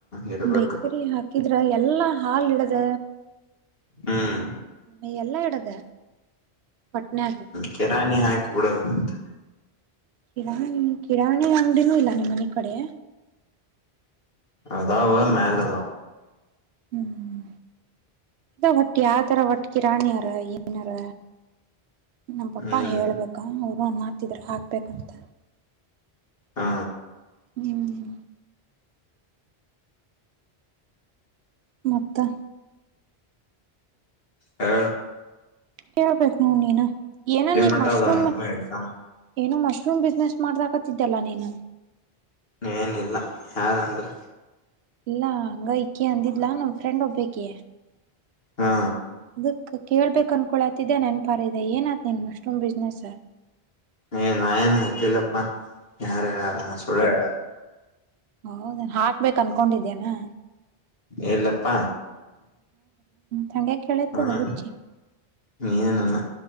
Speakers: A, on the left; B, on the right.
A: ಇರ್ಬೇಕು
B: ಬೇಕರಿ ಹಾಕ ಿದ್ರ ಎಲ್ಲಾ ಹಾಲ್ ಇಡದ
A: ಹ್ಮ್
B: ಆೇ ಎಲ್ಲಾ ಇಡದ ಪಟ್ನಾಗ
A: ಕೆರಾಣಿ ಹಾಕಿ ಬಿಡಲ್ಲ ಮಂತ
B: ಕಿರಾಣಿ ಕಿರಾಣಿ ಅಂಗಡಿನೂ ಇಲ್ಲ ನಿಮ್ಮ್ ಮನೆ ಕಡೆ
A: ಅಾವ ಮೇಲೆ ಅದಾವ
B: ಹ್ಮ್ ಅದ ಒಟ್ಟು ಯಾವ್ದಾರ ಒಟ್ಟ ಕಿ ರಾಣಿ ಯಾರ ಏನಾರ ನಮ್ ಪಾಪಾ
A: ಹ್ಮ್
B: ಹೇಳ್ಬೇಕಾ ನ ಮಾತಿದರೆೆ ಹಾಕ್ಬೇಕಂತ
A: ಹಾ
B: ಹ್ಮ ಹ ಮತ್ತ
A: ಹಾ
B: ಹೇಳ್ಬೇಕು ನ ನೀನು ಏನ ನೀನ್
A: ಮಟ್ಟ
B: ಮಶ್ರೂಮ್
A: ಅದ ನಿಮ್ಮು ಎಕ್ಸಾಮ್
B: ಏನೋ ಮಶ್ರೂಮ್ ಬಿಸ್ನೆಸ್ ಮಾಡ್ದಕತ್ತಿದ್ದಲ್ಲ ನೀನು
A: ಏನಿಲ್ಲ ಯಾರಂದ್ರೆ
B: ಇಲ್ಲಾ ಹಂಗ ಇಕೆ ಅಂದಿದ್ಲಾ ನಮ ಫ್ರೆಂಡ್ ಒೋಗ್ಬೇಕೆ
A: ಹಾ
B: ದ ಕೇಳ್ಬೇಕು ಅನ್ಕೊಳ್ತಿದ್ದೆ ನನ್ಪಾರದೆ ಏನತ ನಿನ್ ಮಶ್ರೂಮ್ ಬಿಸ್ನೆಸ್
A: ಏ ನ ಏನ್ ಹಾಕಿಲ್ಲಪ್ಪಾ ಯಾರು ಯಲ್ಲಾರುಣಾ ಸುಳ್ಳ ಯಾರು
B: ಹಓದ ಹಾಕ್ಬೇಕಕ್ ಅನ್ಕೊಂಡಿದ್ದೇನಾ
A: ಇಲ್ಲಪ್ಪಾ
B: ತಂಗೆ ಕೆಳತ
A: ಹ್ಮ
B: ದೌಚಿ
A: ಏನಾನ